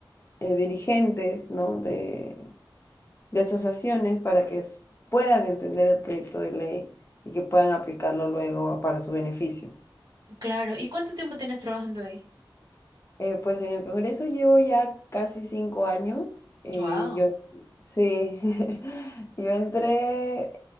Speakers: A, on the left; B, on the right.
A: eh, dirigentes, ¿no? de, de asociaciones para que s- puedan entender el proyecto de ley y que puedan aplicarlo luego para su beneficio.
B: Claro, ¿y cuánto tiempo tienes trabajando ahí?
A: Eh, pues en el Congreso llevo ya casi cinco años. eh,
B: Wow.
A: yo, sí, <laughs> yo entré